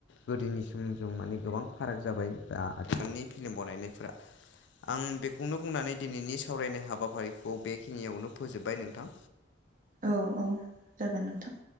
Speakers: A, on the left; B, on the right.
A: गोदोनि समजों माने गोबां फाराग जाबाय दा बिथांनि फिलम बानायनायफोरा आं बेखौनो बुंनानै दिनैनि सावरायनाय हाबाफारिखौ बेखिनियावनो फोजोबबाय नोंथां।
B: औ औ जागोन नोंथां।